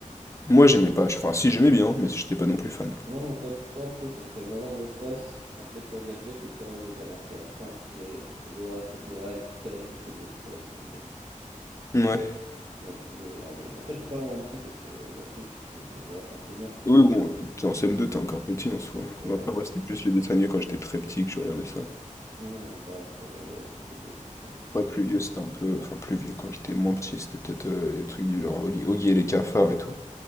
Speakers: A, on the left; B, on the right.
A: Moi, j'aimais pas. Enfin, si, j'aimais bien, mais j'étais pas non plus fan, quoi.
B: Moi, mon top 3 peut-être, ça serait Zinzin de l'espace, Inspecteur Gadget et Corneille et Bernie. Après, il y en a plein à foutre de Galactic Football. là peut-être ah, et Galactic Football. Galactic Football.
A: Ouais.
B: Galactic Football, j'ai vraiment bien aimé. Après, j'étais pas vraiment petit, c'était oh, si, j'étais peut-être ref en primaire, tu vois,
A: Oui,
B: quelque
A: bon,
B: chose.
A: euh, t'es en CM2, t'es encore petit en soi.
B: Oui, c'est
A: Moi,
B: vrai.
A: après, moi, c'était plus les dessins animés quand j'étais très petit que je regardais ça.
B: Non, non, mais ça reste euh, Galactic Football, je pense. ouais, j'ai-
A: Après, plus vieux,
B: euh,
A: c'était un peu... Enfin, plus vieux, quand j'étais moins petit, c'était peut-être euh, les trucs du genre Oli- Oggy et les cafards et tout.